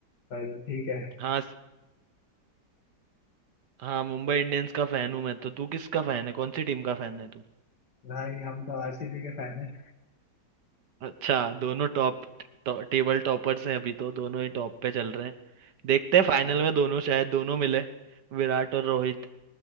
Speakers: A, on the left (about 75°); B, on the right (about 75°).
A: पर ठीक है
B: हाँ स- हाँ मुंबई इंडियंस का फैन हूँ मैं तो तू किसका फैन है कौन सी टीम का फैन है तू
A: भाई हम तो आरसीबी के फैन हैं
B: अच्छा दोनों टॉप टॉ- टेबल टॉपर्स हैं अभी तो दोनों ही टॉप पे चल रहे हैं देखते हैं फाइनल
A: हाँ,
B: में दोनों शायद दोनों मिले विराट और रोहित